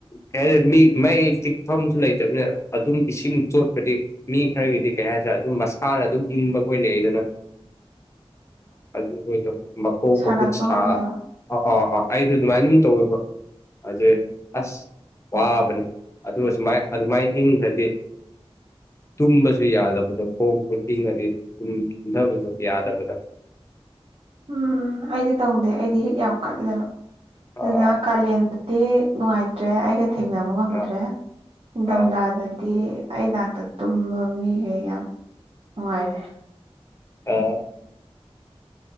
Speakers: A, on the left; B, on the right.
A: ꯀꯩꯔꯦ ꯃꯤ ꯃꯩ ꯇꯤꯛꯐꯝꯁꯨ ꯂꯩꯇꯕꯅꯤꯅ ꯑꯗꯨꯝ ꯏꯁꯤꯡ ꯆꯣꯠꯄꯗꯤ ꯃꯤ ꯈꯔꯒꯤꯗꯤ ꯀꯩ ꯍꯥꯏꯁꯤꯔꯦ ꯑꯗꯨꯝ ꯃꯁꯥꯅ ꯑꯗꯨꯝ ꯏꯪꯕꯈꯣꯏ ꯂꯩꯗꯅ
B: <inaudible>
A: ꯑꯗꯨ ꯑꯣꯏꯗꯣ ꯃꯈꯣꯡ
B: ꯁꯥꯒꯠꯄ
A: ꯃꯈꯨꯠ ꯁꯥ
B: ꯉꯝꯗꯕ
A: ꯑ ꯑꯥ ꯑꯥ ꯑꯩꯁꯨꯦ ꯑꯗꯨꯃꯥꯏꯅ ꯑꯗꯨꯝ ꯇꯧꯋꯦꯕ ꯑꯗꯨ ꯑꯁ ꯋꯥꯕꯅꯤ ꯑꯗꯨꯒ ꯁꯨꯃꯥꯏ ꯑꯗꯨꯃꯥꯏꯅ ꯏꯪꯗ꯭ꯔꯗꯤ ꯇꯨꯝꯕꯁꯨ ꯌꯥꯗꯕꯗꯣ ꯈꯣꯡ ꯈꯨꯀꯤꯡꯉꯗꯤ ꯇꯨꯝꯊꯕꯁꯨ ꯌꯥꯗꯕꯗ
B: <inaudible> <inaudible> ꯎꯝ ꯑꯩꯗꯤ ꯇꯧꯗꯦ ꯑꯩꯗꯤ ꯍꯤꯠ ꯌꯥꯝ ꯀꯠꯂꯦꯕ ꯑꯗꯨꯅ
A: ꯑꯥ
B: ꯀꯥꯂꯦꯟꯗ ꯗꯤ ꯅꯨꯡꯉꯥꯏꯇ꯭ꯔꯦ ꯑꯩꯒ ꯊꯦꯡꯅꯕ ꯉꯝꯗ꯭ꯔꯦ
A: ꯑꯥ
B: ꯅꯤꯡꯊꯝꯊꯥꯗꯗꯤ
A: ꯑꯥ
B: ꯑꯩ ꯅꯥꯥꯛꯇ ꯇꯨꯝꯕ ꯃꯤꯁꯦ ꯌꯥꯝ ꯅꯨꯡꯉꯥꯏꯔꯦ
A: ꯑ